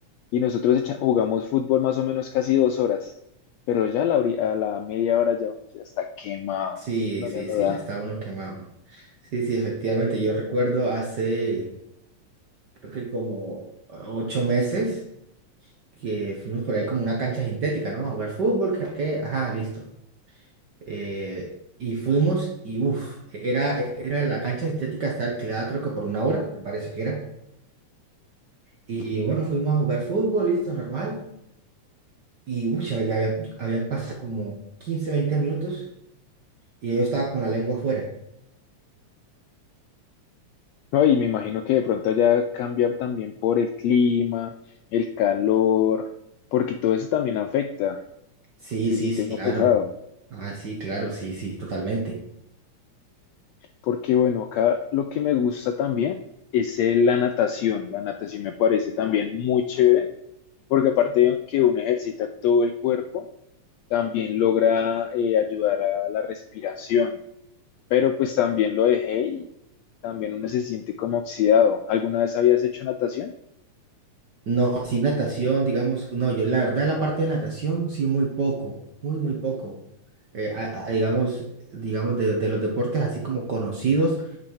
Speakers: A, on the left; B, on the right.
A: y nosotros echa- jugamos fútbol más o menos casi dos horas, pero ya a la, hori- a la media hora ya uno ya está quemado,
B: Sí,
A: no
B: sí,
A: le no
B: sí,
A: da.
B: ya está uno quemado. Sí, sí, efectivamente, yo recuerdo hace, creo que como ocho meses, que fuimos por ahí como una cancha sintética, ¿no? A jugar fútbol, que, que- ajá, listo. Eh, y fuimos y uff, era, era la cancha sintética, está alquilada creo que por una hora, me parece que era. Y bueno, fuimos a jugar fútbol, listo, normal. Y uy, ya habían, habían pasado como 15 20 minutos y yo estaba con la lengua afuera.
A: No, y me imagino que de pronto allá cambiar también por el clima, el calor, porque todo eso también afecta,
B: Sí,
A: se
B: sí,
A: siente
B: sí,
A: uno
B: claro.
A: pesado.
B: Ah, sí, claro, sí, sí, totalmente.
A: Porque bueno, acá lo que me gusta también es eh, la natación. La natación me parece también muy chévere, porque aparte de que uno ejercita todo el cuerpo, también logra eh, ayudar a la respiración. Pero pues también lo dejé y también uno se siente como oxidado. ¿Alguna vez habías hecho natación?
B: No, sí, natación, digamos, no, yo la verdad la parte de natación, sí, muy poco, muy, muy poco. Eh, a- a- digamos, digamos, de, de los deportes así como conocidos,